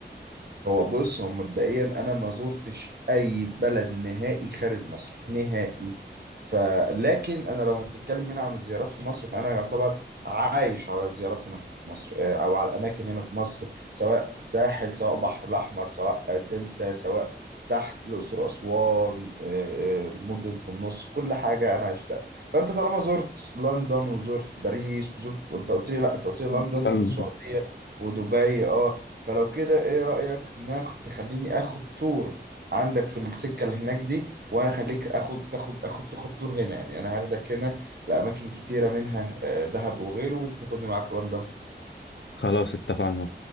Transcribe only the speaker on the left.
نفسها
خلاص اتفقنا